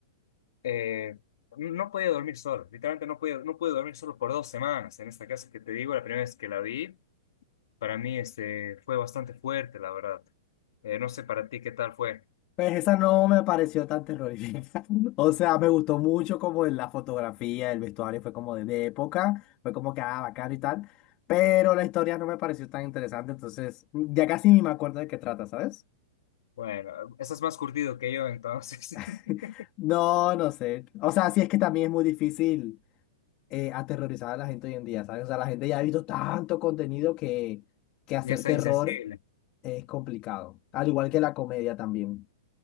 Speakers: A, on the left; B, on the left.
A: eh, No podía dormir solo, literalmente no podía, no pude dormir solo por dos semanas en esta casa que te digo, la primera vez que la vi. Para mí este, fue bastante fuerte, la verdad. Eh, no sé para ti qué tal fue.
B: Pues esa no me pareció tan terrorífica. <laughs> O sea, me gustó mucho como en la fotografía, el vestuario fue como de, de época, fue como que ah, bacano y tal, pero la historia no me pareció tan interesante, entonces ya casi ni me acuerdo de qué trata, ¿sabes?
A: Bueno, estás más curtido que yo, entonces.
B: <laughs>
A: <laughs>
B: No, no sé. O sea, sí es que también es muy difícil eh, aterrorizar a la gente hoy en día, ¿sabes? O sea, la gente ya ha visto tanto contenido que, que hacer
A: Y está
B: terror
A: insensible.
B: es complicado, al igual que la comedia también.